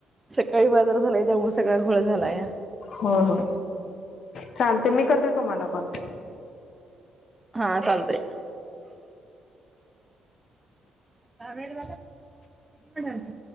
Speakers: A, on the right; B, on the left.
A: सकाळी बाजार झालाय त्यामुळे सगळा घोळा झाला या
B: हो हो चालते मी करते तुम्हाला कॉल
A: हा चालतय दहा मिेट कितीत